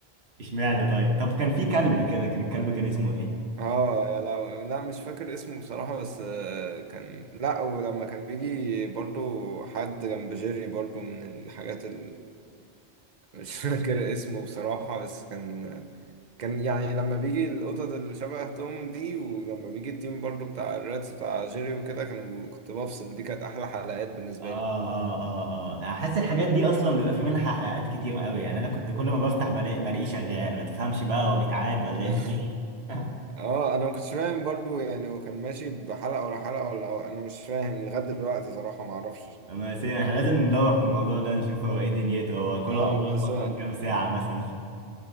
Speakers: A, on the right; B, on the right.
A: اشمعنى طيب طب كان في كلب كده كان الكلب كان اسمه ايه
B: اه يا لو لا مش فاكر اسمه بصراحة بس آه، كان لا ولما كان بيجي برضو حد جنب جيري برضو من الحاجات ال... <laughs> مش فاكر اسمه بصراحة بس كان كان يعني لما بيجي القطط اللي شبه توم دي ولما بيجي التيم برضو بتاع الراتس بتاع جيري وكده كانوا كنت بفصل دي كانت أحلى حلقات بالنسبة
A: اه
B: لي
A: اه اه اه احس الحاجات دي اصلا بيبقى في منها حلقات كتير قوي يعني انا كنت كل ما بفتح بلاقي بلاقيه شغال ما تفهمش بقى هو بيتعاد ولا
B: <laughs>
A: ايه اللي- فيه. <laughs>
B: اه انا ما كنتش فاهم برضو يعني هو كان ماشي بحلقة ورا حلقة ولا هو- انا مش فاهم لغاية دلوقتي صراحة ما اعرفش
A: بس يعني احنا لازم ندور في الموضوع ده نشوف هو ايه دنيته هو كله
B: اه
A: اه عبارة
B: بس
A: اصلا كام ساعة مثلا